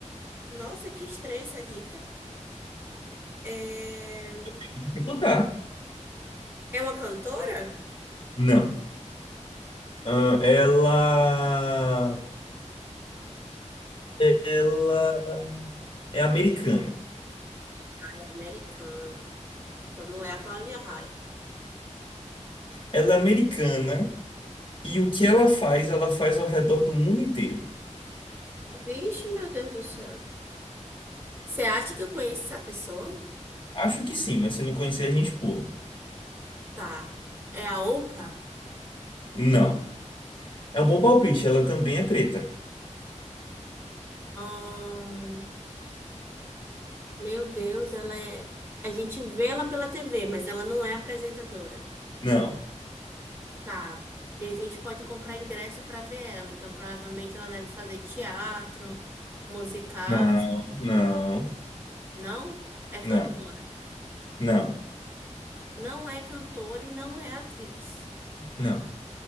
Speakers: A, on the right; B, on the left.
A: Nossa, que estranha essa dica. É,
B: Tem que dificultar.
A: é uma cantora?
B: Não. Ah, ela, ela é americana.
A: É americana. Então não é a Cláudia Raia.
B: Ela é americana e o que ela faz, ela faz ao redor do mundo inteiro.
A: Vixe, meu Deus do céu. Você acha que eu conheço essa pessoa?
B: Acho que sim, mas se não conhecer, a gente pula.
A: Tá. É a Oprah?
B: Não. É um bom palpite. Ela também é preta.
A: Ahn, meu Deus, ela é. A gente vê ela pela TV, mas ela não é apresentadora.
B: Não.
A: Tá. E a gente pode comprar ingresso para ver ela. Então, provavelmente ela deve fazer teatro, musical,
B: Não,
A: esse tipo de
B: não,
A: coisa. Não é cantora.
B: não, não,
A: Não é cantora e não é atriz.
B: não.